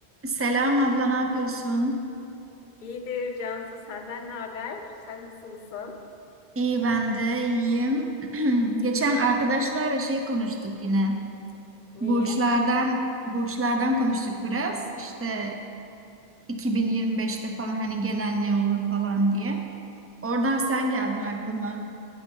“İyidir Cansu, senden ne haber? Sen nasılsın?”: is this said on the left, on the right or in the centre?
Left